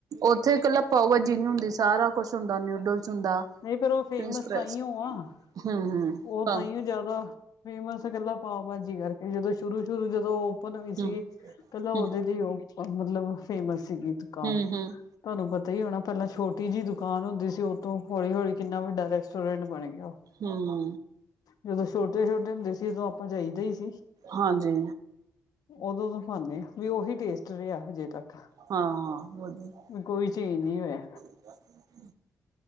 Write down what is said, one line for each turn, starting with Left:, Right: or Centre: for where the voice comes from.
Right: ਉੱਥੇ ਇਕੱਲਾ ਪਾਓਭਾਜੀ ਨੀ ਹੁੰਦੀ, ਸਾਰਾ ਕੁਛ ਹੁੰਦਾ ਨਿੂਡਲਸ ਹੁੰਦਾ-
Left: ਨਹੀਂ ਫੇਰ, ਉਹ ਫੇਮਸ
Right: ਫਰੈਂਚ ਫਰਾਈਜ਼
Left: ਤਾਂ ਈ ਓਂ ਆ,
Right: ਹੂੰ-ਹੂੰ,
Left: ਉਹ
Right: ਹੂੰ-ਹੂੰ,
Left: ਤਾਂ ਈ ਓ- ਜਿਆਦਾ ਫੇਮਸ ਕੱਲਾ ਪਾਓ ਭਾਜੀ ਕਰਕੇ ਜਦੋਂ ਸ਼ੁਰੂ - ਸ਼ੁਰੂ ਜਦੋਂ ਓਪਨ ਓ ਈ -
Right: ਹੂੰ-ਹੂੰ,
Left: ਸੀ, ਕੱਲਾ ਉਹਦੇ
Right: ਹੂੰ।
Left: ਦੀ ਉਹ ਮਤਲਬ ਫੇਮਸ ਸੀਗੀ ਦੁਕਾਨ।
Right: ਹੂੰ ਹੂੰ
Left: ਤੁਹਾਨੂੰ ਪਤਾ ਹੀ ਹੋਣਾ ਪਹਿਲਾਂ ਛੋਟੀ ਜਿਹੀ ਦੁਕਾਨ ਹੁੰਦੀ ਸੀ ਉਹ ਤੋਂ - ਹੌਲੀ- ਹੌਲੀ, ਕਿੰਨਾ ਵੱਡਾ ਰੈਸਟੋਰੈਂਟ ਬਣ ਗਿਆ।
Right: ਹੂੰ।
Left: ਜਦੋਂ ਛੋਟੇ- ਛੋਟੇ ਹੁੰਦੇ ਸੀ ਉਦੋਂ ਆਪਾਂ ਜਾਈਦਾ ਹੀ ਸੀ।
Right: ਹਾਂਜੀ।
Left: ਉਦੋਂ ਦਾ ਖਾਨੇ ਆ। ਵੀ ਉਹੀ ਟੇਸਟ ਰਿਹਾ ਹਜੇ ਤੱਕ,
Right: ਹਾਂ ਵਧੀਆ
Left: ਵੀ ਕੋਈ ਚੇਂਜ ਨਹੀਂ ਹੋਇਆ।
Right: <inaudible>